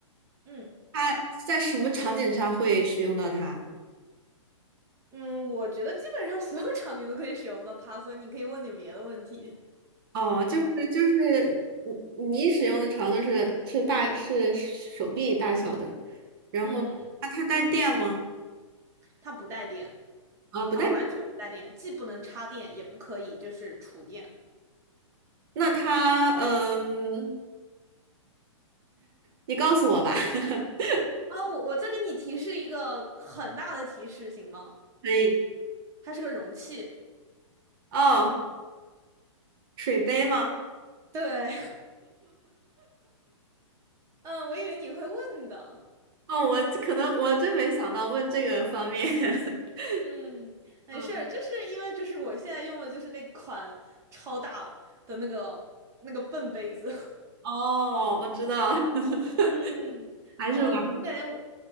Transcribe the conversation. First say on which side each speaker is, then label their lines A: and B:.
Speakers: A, on the right; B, on the right.
A: 嗯。
B: 它在什么场景上会使用到它？
A: 嗯，我觉得基本上所有 <laughs> 场景都可以使用到它，所以你可以问点别的问题。
B: 哦，就是就是你你使用的长度是是大是手臂大小的，然后它它带电吗？
A: 嗯，它不带电，
B: 啊、不带。
A: 它完全不带电，既不能插电，也不可以就是储电。
B: 那它嗯，你告诉我吧。<laughs>
A: 啊，我我再给你提示一个很大的提示，行吗？
B: 可以。
A: 它是个容器。
B: 哦，水杯吗？
A: 对，<laughs> 嗯，我以为你会问的。
B: 哦，我这可能我真没想到问这个方面。<laughs>
A: 嗯，没事儿，
B: 嗯，
A: 就是因为就是我现在用的就是那款超大的那个那个笨杯子。<laughs>
B: 哦，哦我知道。<laughs>
A: 嗯，
B: 还是玩。
A: 好，我感觉我。